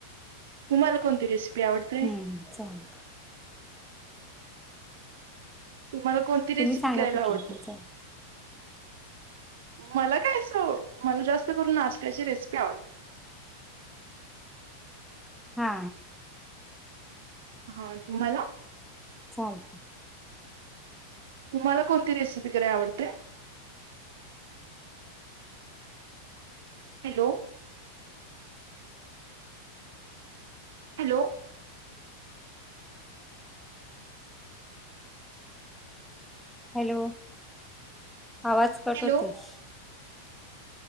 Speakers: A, on the right; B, in the centre.
A: तुम्हाला कोणती रेसिपी आवडते
B: हम्म चाल
A: तुम्हाला कोणती रेसिपी
B: तुम्ही सांगा
A: करायला
B: कुठली
A: आवडते
B: पण चाल
A: मला काय स मला जास्त करून नाश्त्याची रेसिपी आवडते
B: हा
A: हा तुम्हाला
B: चालत
A: तुम्हाला कोणती रेसिपी कैय आवते हॅलो हॅलो
B: हॅलो आवाज कट
A: हॅलो
B: होतस